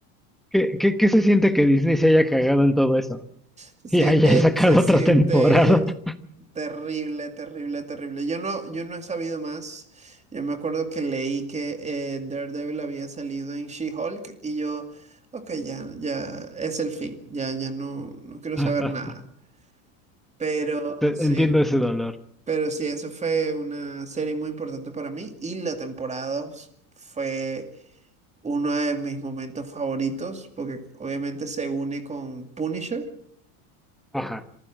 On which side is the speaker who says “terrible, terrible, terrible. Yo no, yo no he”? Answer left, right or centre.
Right